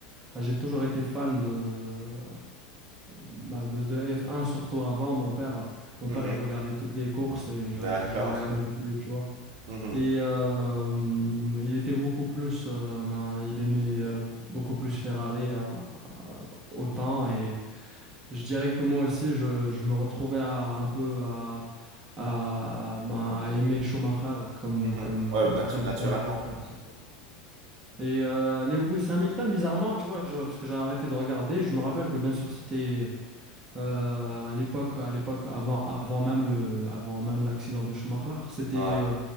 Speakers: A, on the right (about 15°); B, on the right (about 65°).
A: ah, j'ai toujours été fan de, euh, bah, de, de F1, surtout avant. Mon père, mon
B: Mhm.
A: père, il regardait toutes les courses et je,
B: D'accord.
A: je les regardais avec lui, tu vois.
B: Mhm.
A: Et euh, hum, il était beaucoup plus, euh, ben, il aimait euh, beaucoup plus Ferrari euh, euh, autant. Et je dirais que moi aussi, je, je me retrouvais à, un peu à, à, ben, à aimer Schumacher comme,
B: Mhm.
A: comme,
B: Ouais, natu-
A: bah, comme
B: naturellement.
A: conducteur. surtout. Et euh, Lewis Hamilton, bizarrement, tu vois, je- parce que j'ai arrêté de regarder, je me rappelle que bien sûr c'était euh, à l'époque, à l'époque avant, avant même le, avant même l'accident de Schumacher, c'était,
B: Ouais.
A: euh,